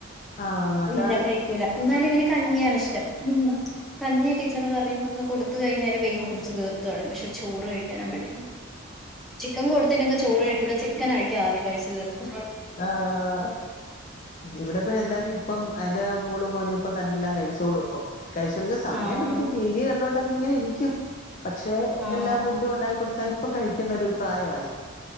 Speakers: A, on the left; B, in the centre.
A: ആഹ് അതാണ്
B: ഇല്ല കഴിക്കൂല എന്നാലിവന് കഞ്ഞിയാണ് ഇഷ്ടം ഉം കഞ്ഞിയെ ടീച്ചർ പറയും കൊടുത്തു കയിഞ്ഞാലെ വേഗം കുടിച്ച് തീർത്തു കളീം പക്ഷെ ചോറ് കഴിക്കാനാ മടി ചിക്കൻ കൊടുത്തിന്നെങ്ക ചോറ് കഴിക്കല്ലോ ചിക്കൻ കഴിക്ക ആദ്യം കഴിച്ച തീർക്കുക
A: ആഹ് ഇവടെ പ്പൊ രണ്ടാളീം ഇപ്പം എന്റെ മോളും മോനും ഇപ്പ നല്ലോം കഴിച്ചോളൂപ്പം <unintelligible> സമയം
B: ആഹ്
A: പിടിക്കും ടിവി കണ്ടോണ്ട ഇങ്ങനെ ഇരിക്കും പക്ഷെ
B: ആഹ്
A: എല്ലാ ഫുഡും ഉണ്ടാക്കി കൊടുത്താൽ ഇപ്പം കഴിക്കുന്ന ഒരു പ്രായവാ ഇത്